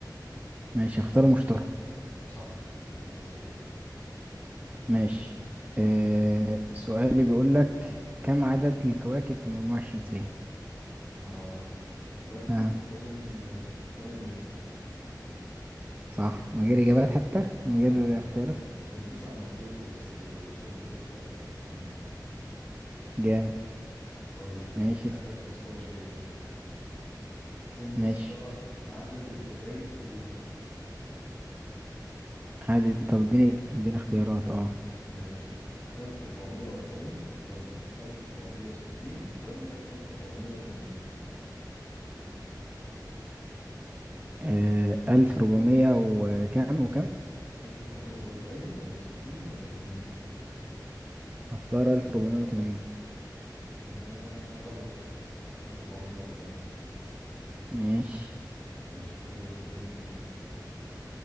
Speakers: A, on the right; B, on the left.
A: ماشي اختار مشتري
B: صح يلا سأل انت
A: ماشي أه سؤالي بيقول لك كم عدد الكواكب في المجموعة الشمسية
B: اه ده دول
A: ها
B: تقريبا آه، تمانية
A: صح من غير إجابات حتى
B: اه
A: من
B: يا
A: غير
B: عم انت
A: اختيارات
B: كانوا تسعة مع بلوتو بس آه، تشال بلوتو فبقت تمانية
A: جامد
B: طيب
A: ماشي
B: نقلب
A: اسأل.
B: المستوى شوية كام يا
A: ماشي
B: اسطى عدد الدقايق في اليوم عايز
A: عدد طب اديني اديني اختيارات اه
B: ماشي 1440 ولا 1460 ولا 1480
A: آه، ألف ربعمية وكم وكم
B: 1440 ولا 60 ولا 80
A: هختار ألف ربعمية وتمانين
B: تمام غلط 1440
A: ماشي
B: ماشي كده بوينت ليا